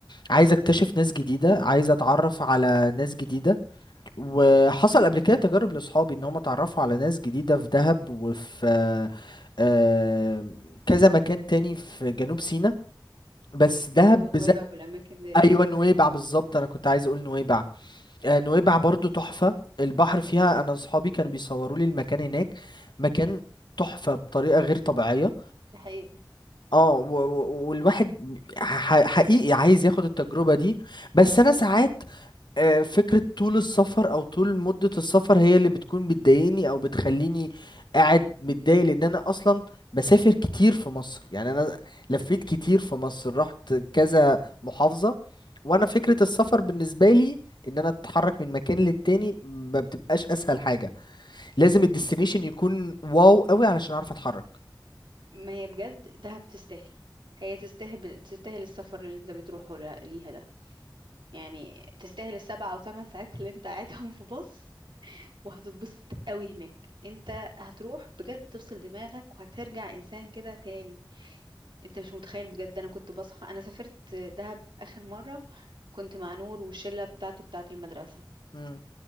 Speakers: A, on the left; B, on the right.
A: عايز اكتشف ناس جديدة
B: مم.
A: عايز اتعرف على ناس جديدة وحصل
B: ايوه
A: قبل كده تجارب لاصحابي ان هم اتعرفوا على ناس جديدة في دهب وفي آه، آه، كذا مكان تاني في جنوب سيناء بس دهب
B: ايوه نويبع
A: بالذات
B: والاماكن ديت
A: ايوه نويبع بالظبط انا كنت عايز اقول نويبع آه، نويبع برضو تحفة البحر فيها انا اصحابي كانوا بيصوروا لي المكان هناك مكان تحفة بطريقة غير طبيعية
B: دي حقيقة
A: اه و- و- والواحد ح- حقيقي عايز ياخد التجربة دي بس انا ساعات آه، فكرة طول السفر او طول مدة السفر هي اللي بتكون بتضايقني او بتخليني قاعد متضايق لان انا اصلا بسافر كتير في مصر يعني انا لفيت
B: مم.
A: كتير في مصر رحت كذا محافظة وانا فكرة السفر بالنسبة لي ان انا اتحرك من مكان للتاني ما بتبقاش اسهل حاجة لازم الديستنيشن يكون واو قوي علشان اعرف اتحرك
B: ما هي بجد دهب تستاهل هي تستاهل تستاهل السفر اللي انت بتروحه ل- ليها ده يعني تستاهل السبع او ثمان ساعات اللي انت قاعدهم في باص وهتتبسط قوي هناك انت هتروح بجد تفصل دماغك وهترجع انسان كده تاني انت مش متخيل بجد انا كنت بصحى انا سافرت دهب اخر مرة كنت مع نور والشلة بتاعته بتاعة المدرسة
A: مم.